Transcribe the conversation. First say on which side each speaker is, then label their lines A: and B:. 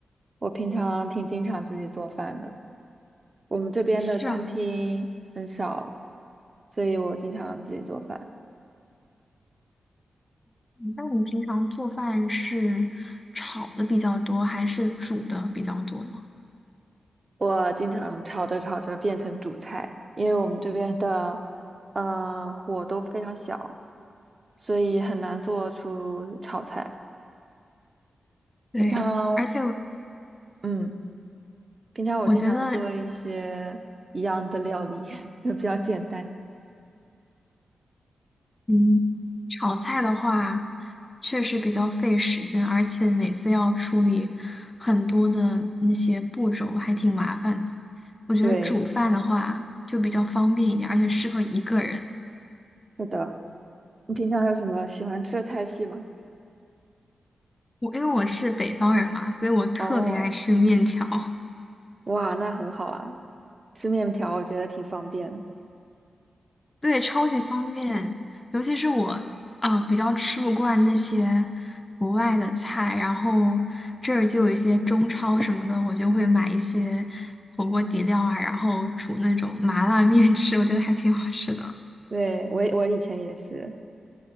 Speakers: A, on the right; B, on the left.
A: 我平常挺经常自己做饭的，我们这边的餐厅很少，
B: 是啊，
A: 所以我经常自己做饭。
B: 那你平常做饭是炒的比较多，还是煮的比较多呢？
A: 我经常炒着炒着变成主菜，因为我们这边的呃火都非常小，所以很难做出炒菜。平常。
B: 对，而且
A: 嗯。平常我经常做一些一样的料理，
B: 我觉得
A: <laughs> 就比较简单。
B: 嗯，炒菜的话，确实比较费时间，而且每次要处理很多的那些步骤，还挺麻烦的。我觉得煮饭的话就比较方便一点，
A: 对，
B: 而且适合一个人。
A: 是的。你平常有什么喜欢吃的菜系吗？
B: 我因为我是北方人嘛，所以我特别爱吃面条。
A: 哦，哇，那很好啊，吃面条我觉得挺方便的
B: 对，超级方便，尤其是我，嗯、比较吃不惯那些国外的菜，然后这儿就有一些中超什么的，我就会买一些火锅底料啊，然后煮那种麻辣面吃，我觉得还挺好吃的。
A: 对，我我以前也是，